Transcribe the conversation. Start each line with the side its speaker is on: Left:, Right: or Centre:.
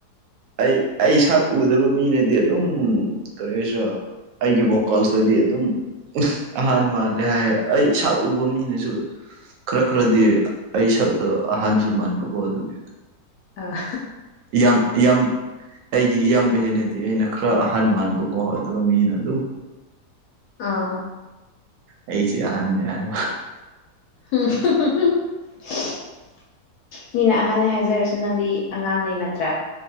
Right: ꯑꯩ ꯑꯩ ꯁꯛ ꯎꯗꯕ ꯃꯤꯅꯗꯤ ꯑꯗꯨꯝ ꯀꯔꯤ ꯍꯥꯏꯁꯤꯔ ꯑꯩꯒꯤ ꯕꯣꯀꯜꯁꯇꯗꯤ ꯑꯗꯨꯝ ꯑꯍꯥꯟ ꯃꯥꯜꯂꯦ ꯍꯥꯏ ꯑꯩ ꯁꯛꯎꯕ ꯃꯤꯅꯁꯨ ꯈꯔ ꯈꯔꯗꯤ ꯑꯩ ꯁꯛꯇꯣ ꯑꯍꯟꯁꯨ ꯃꯥꯟꯕꯀꯣ ꯑꯗꯨꯒꯤ
Left: ꯑ
Right: ꯌꯥꯝ ꯌꯥꯝ ꯑꯩꯒꯤ ꯏꯌꯥꯝꯕ ꯍꯦꯟꯅꯗꯤ ꯑꯩꯅ ꯈꯔ ꯑꯍꯟ ꯃꯥꯟꯕꯀꯣ ꯑꯗꯨꯒ ꯃꯤꯅ ꯑꯗꯨꯝ
Left: ꯑꯥ
Right: ꯑꯩꯁꯤ ꯑꯍꯟꯅꯦ ꯍꯥꯏꯕ
Left: <unintelligible> ꯃꯤꯅ ꯑꯍꯟꯅꯦ ꯍꯥꯏꯖꯔꯁꯨ ꯅꯪꯗꯤ ꯑꯉꯥꯡꯅꯦ ꯅꯠꯇ꯭ꯔꯥ